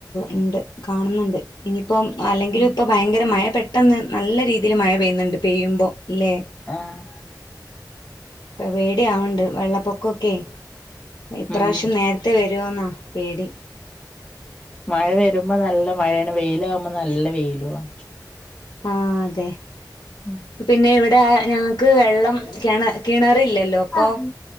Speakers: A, on the left; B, on the left.
A: ഇണ്ട് കാണുന്നുണ്ട് ഇനിയിപ്പം അല്ലെങ്കിലും
B: ഉം
A: ഇപ്പ ഭയങ്കര മയപട്ടാ പെട്ടെന്ന് നല്ല രീതിയിൽ മഴ പെയ്യുന്നുണ്ട് പെയ്യുമ്പോൾ ഇല്ലേ
B: ആഹ്
A: ഇപ്പം പേടി ആവണ്ട് വെള്ളപ്പൊക്കൊക്കെ ഇപ്രാവശ്യം
B: ഉം
A: നേരെ ത്തെ വരുമോെന്നാണ് പേടി
B: മഴ വരുമ്പോ നല്ല മഴയാണ് വെയില ആകുമ്പോ നല്ല വെയിലവാ
A: ആഹ് അതെ
B: ഉം
A: പിന്നെ ഇവിടെ ഞങ്ങക്ക് വെള്ളം കിണ കിണറില്ലല്ലോ അപ്പൊ
B: ആഹ്